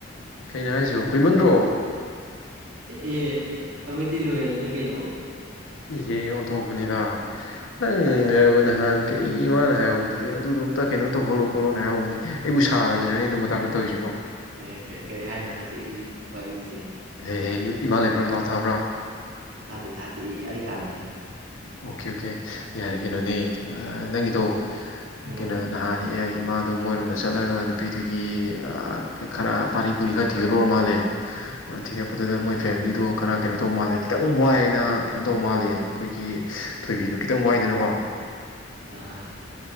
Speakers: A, on the left (about 85°); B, on the right (about 80°).
A: ꯀꯩꯅꯣ ꯍꯥꯏꯁꯤꯕꯣ ꯀꯨꯏꯃꯟꯗ꯭ꯔꯣ
B: ꯑꯦ ꯑꯩꯈꯣꯏꯗꯤ ꯂꯣꯌꯦꯜꯅꯤ ꯀꯩꯅꯣ
A: ꯏꯍꯦ ꯑꯣꯟꯊꯣꯛꯄꯅꯤꯗ ꯅꯪꯅꯕꯨ ꯅꯍꯥꯟ ꯀꯩ ꯏꯃꯥꯥꯅ ꯍꯥꯏꯍꯧꯕꯗꯗꯤ ꯑꯗꯨꯗꯣ ꯑꯝꯇ ꯀꯩꯅꯣ ꯇꯧꯍꯜꯂꯣ ꯈꯣꯠꯂꯣꯅ ꯍꯥꯏꯍꯧꯕꯅꯦ ꯑꯩꯕꯨ ꯁꯥꯔꯁꯤꯔꯥꯅꯦ ꯑꯗꯨ ꯃꯇꯥꯡꯗ ꯇꯧꯔꯤꯁꯤꯕꯣ
B: ꯅꯩ ꯀꯩ ꯀꯩ ꯍꯥꯏꯅꯣ ꯍꯥꯏꯁꯦ ꯏ ꯋꯥꯔꯤꯁꯦ
A: ꯍꯦꯍꯦ ꯏꯃꯥ ꯂꯩꯕ꯭ꯔꯥ ꯂꯥꯎꯗ ꯊꯥꯕ꯭ꯔꯥ
B: ꯊꯥꯗꯦ ꯊꯥꯗꯦ ꯏ ꯑꯩ ꯀꯥꯗꯅꯤ
A: ꯑꯣꯀꯦ ꯑꯣꯀꯦ ꯌꯥꯔꯦ ꯀꯩꯅꯣꯅꯦ ꯑ ꯅꯪꯒꯤꯗꯣ
B: ꯎꯝ
A: ꯀꯩꯅꯣ ꯅꯍꯥꯟꯅꯦ ꯑꯩ ꯏꯃꯥꯗꯨ ꯃꯣꯏꯔꯣꯝꯗ ꯆꯠꯂꯒ ꯅꯨꯄꯤꯗꯨꯒꯤ ꯑ ꯈꯔ ꯄꯥꯔꯤ ꯄꯨꯔꯤ ꯈꯔ ꯊꯤꯒꯠꯂꯨꯔ ꯃꯥꯜꯂꯦ
B: ꯎꯝ
A: ꯑ ꯊꯤꯒꯠꯄꯗꯨꯗ ꯃꯣꯏ ꯐꯦꯃꯤꯂꯤꯗꯣ ꯈꯔ ꯀꯩꯅꯣ ꯇꯧ ꯃꯥꯜꯂꯦ ꯈꯤꯇꯪ ꯋꯥꯏꯌꯦꯅ ꯀꯩꯅꯣ ꯇꯧ ꯃꯥꯜꯂꯦ ꯑꯩꯈꯣꯏꯒꯤ ꯊꯣꯏꯕꯤꯗꯨ ꯈꯤꯇꯪ ꯋꯥꯏꯗꯅꯀꯣ
B: ꯑꯥ